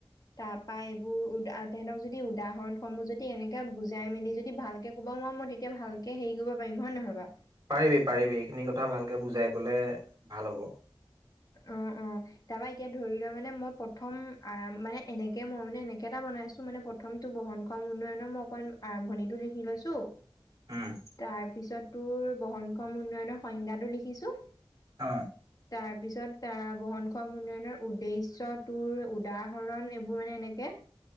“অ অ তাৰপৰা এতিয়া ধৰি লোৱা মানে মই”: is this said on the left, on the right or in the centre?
Left